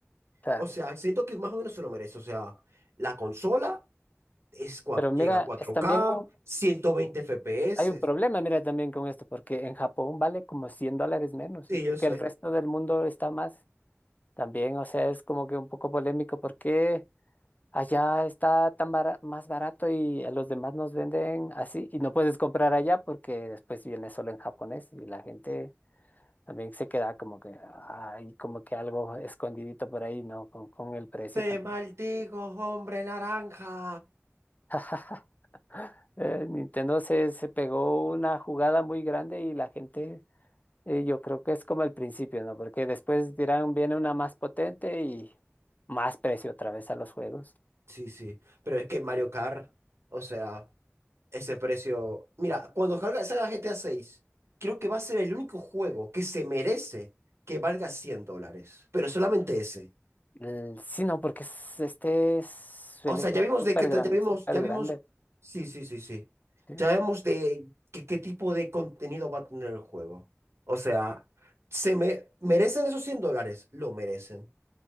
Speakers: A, on the left; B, on the right.
A: claro.
B: O sea, siento que más o menos se lo merece. O sea, la consola es, cua-
A: Pero mira,
B: llega a 4K,
A: están bien,
B: 120 FPS.
A: Hay un problema, mira, también con esto, porque en Japón vale como 100 dólares menos,
B: Sí,
A: y porque
B: yo sé.
A: el resto del mundo está más. También, o sea, es como que un poco polémico porque allá está tan bara- más barato y a los demás nos venden así, y no puedes comprar allá porque después viene solo en japonés y la gente también se queda como que hay como que algo escondidito por ahí, ¿no? Con, con el precio
B: Te
A: también.
B: maldigo, hombre naranja.
A: <laughs> Eh, Nintendo se, se pegó una jugada muy grande y la gente Y yo creo que es como el principio, ¿no? Porque después dirán, viene una más potente y más precio otra vez a los juegos.
B: Sí, sí, pero es que Mario Kart, o sea, ese precio... Mira, cuando salga, salga GTA seis, creo que va a ser el único juego que se merece que valga 100 dólares, pero solamente ese.
A: El- sí, no, porque es- este es- suele
B: O sea,
A: ser
B: ya vimos
A: súper
B: de qué,
A: grande,
B: tra- ya vimos,
A: súper
B: ya vimos...
A: grande.
B: Sí, sí, sí, sí.
A: ¿sí?
B: Ya vemos de qué, qué tipo de contenido va a tener el juego. O sea, se me... ¿Merecen esos 100 dólares? Lo merecen.